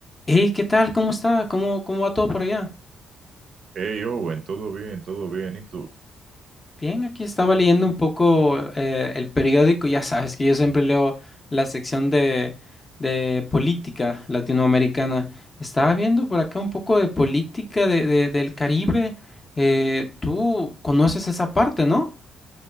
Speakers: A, on the left; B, on the right.
A: Hey, ¿qué tal? ¿Cómo está? ¿Cómo, cómo va todo por allá?
B: Hey Owen, todo bien, todo bien. ¿Y tú?
A: Bien, aquí estaba leyendo un poco eh, el periódico. Ya sabes que yo siempre leo la sección de, de política latinoamericana. Estaba viendo por acá un poco de política de, de- del Caribe. Eh, tú conoces esa parte, ¿no?